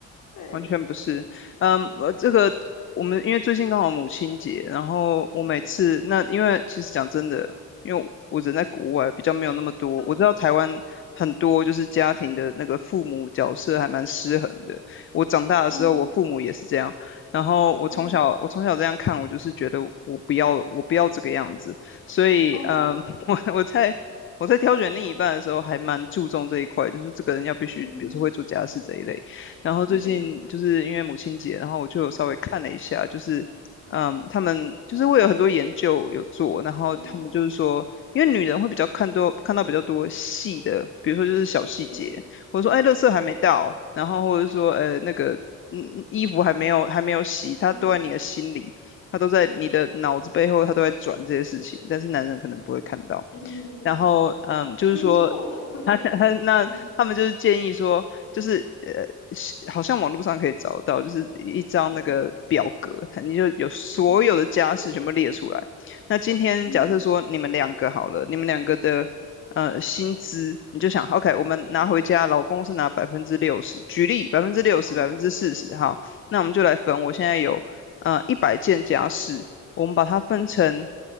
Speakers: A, on the left; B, on the left.
A: 对，
B: 完全不是，嗯，我这个我们因为最近刚好母亲节，然后我每次那因为其实讲真的，
A: 嗯，
B: 因为我人在国外，比较没有那么多，
A: 嗯。
B: 我知道台湾很多就是家庭的那个父母角色还蛮失衡的。我长大的时候，
A: 哦，
B: 我父母也是这样，然后我从小我从小这样看，
A: 哦，
B: 我就是觉得我不要我不要这个样子，所以嗯，
A: 哦，
B: <laughs> 我我在我在挑选另一半的时候，还蛮注重这一块，就是这个人要必须，
A: 嗯，
B: 比如说会做家事这一类。然后最近就是因为母亲节，
A: 嗯，
B: 然后我就有稍微看了一下，就是嗯，他们就是会有很多研究有做，然后他们就是说，
A: 哦，
B: 因为女人会比较看多看到比较多细的，比如说就是小细节，
A: 嗯，
B: 或者说哎，垃圾还没到，
A: 对，
B: 然后或者说呃那个嗯衣服还没有还没有洗，它都在你的心里，
A: 嗯，
B: 它都在你的脑子背后，它都在转这些事情，但是男人可能不会看到。
A: 嗯，嗯，
B: 然后嗯，就是说
A: 没错，<laughs>
B: <laughs> 他他那他们就是建议说。
A: 嗯，
B: 就是呃，是好像网络上可以找到，就是一张那个表格，
A: 嗯，
B: 它你就有所有的家事全部列出来。
A: 嗯，
B: 那今天假设说你们两个好了，
A: 嗯，
B: 你们两个的呃薪资，你就想，OK，我们拿回家，
A: 嗯，
B: 老公是拿百分之六十，举例百分之六十、
A: 哦，
B: 百分之四十，好，那我们就来分。我现在有呃一百件家事，我们把它分成
A: 嗯，